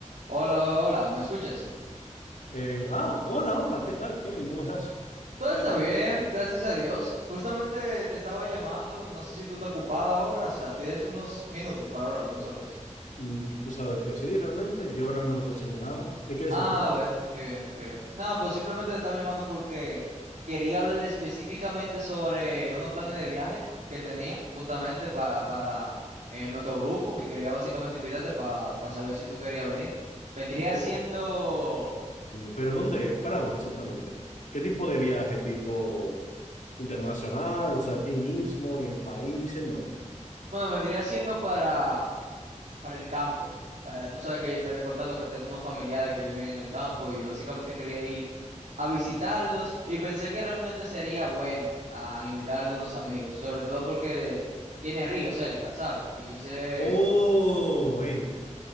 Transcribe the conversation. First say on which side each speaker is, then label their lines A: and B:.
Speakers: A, on the right; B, on the left.
A: Hola, hola, hola, ¿me escuchas?
B: Eh, ah, hola, hola, ¿qué tal, Kevin? ¿Cómo estás?
A: Todo está
B: ¿Qué tal
A: bien,
B: todo?
A: gracias a Dios. Justamente te estaba llamando, no sé si tú estás ocupada ahora, o sea, tienes unos minutos para hablar de nosotros.
B: Mm, tú sabes que sí, realmente. Yo ahora mismo no estoy haciendo nada. ¿Qué quieres
A: Ah,
B: hablar?
A: bueno, qué bien, qué bien. Nada, pues simplemente te estaba llamando porque quería hablar específicamente sobre unos planes de viaje que tenía justamente para, para eh, nuestro grupo y quería básicamente invitarte para saber si tú querías venir. Vendría
B: Ok,
A: siendo,
B: pero ¿dónde? ¿Para dónde exactamente? ¿Qué tipo de viaje? ¿Tipo internacional? O sea, aquí mismo, en el país, ¿en dónde?
A: bueno, vendría siendo para... para el campo. Eh, tú sabes que yo te había contado que tengo unos familiares que viven en el campo y básicamente quería ir a visitarlos y pensé que realmente sería bueno a invitar a algunos amigos, sobre todo porque tiene río cerca, ¿sabes? Y yo sé,
B: Oh, hey,